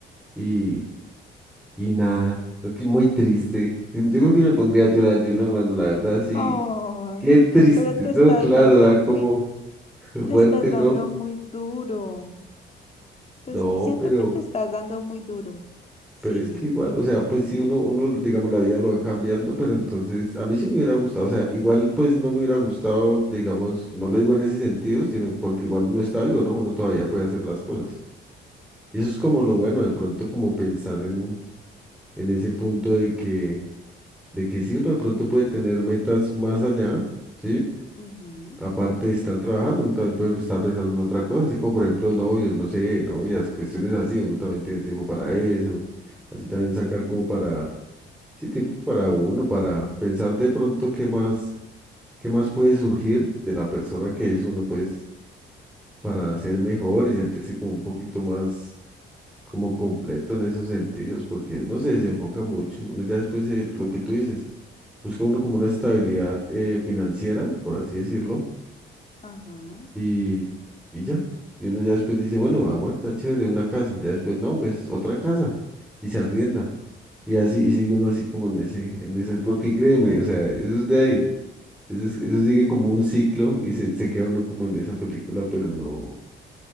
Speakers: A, in the centre; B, on the left.
A: Y, Y nada, creo que muy triste. Yo creo que me pondría a llorar yo, no, hermano, la verdad, sí.
B: Ay,
A: Qué triste,
B: pero te
A: no,
B: estás
A: claro,
B: dando
A: da
B: muy,
A: como <laughs>
B: te
A: fuerte,
B: estás dando
A: ¿no?
B: muy duro. Te
A: No,
B: es- siento
A: pero,
B: que te estás dando muy duro. Sí.
A: pero es que igual, o sea, pues sí, uno, uno, digamos, la vida lo va cambiando, pero entonces, a mí sí me hubiera gustado, o sea, igual pues no me hubiera gustado, digamos, no lo digo en ese sentido, sino porque igual uno está vivo, ¿no? Uno todavía puede hacer las cosas. Y eso es como lo bueno, de pronto como pensar en, en ese punto de que, de que sí, uno de pronto puede tener metas más allá. ¿sí?
B: ujú,
A: Aparte de estar trabajando, uno también puede estar pensando en otra cosa, así como por ejemplo novios, no sé, novias, cuestiones así, uno también tiene tiempo para eso, así también sacar como para, sí, tiempo para uno, para pensar de pronto qué más, qué más puede surgir de la persona que es uno, pues, para ser mejor y sentirse como un poquito más como completo en esos sentidos, porque uno se desenfoca mucho, uno ya después, eh, lo que tú dices, busca uno como una estabilidad eh, financiera, por así decirlo
B: Ajá.
A: y, y ya. Y uno ya después dice, bueno, aguanta, chévere, una casa. Ya después, no, pues otra casa. Y se arrienda. Y así, y sigue uno así como en ese, en ese, porque créeme, o sea, eso es de ahí. Eso, es- eso sigue como un ciclo y se, se queda uno como en esa película, pero no,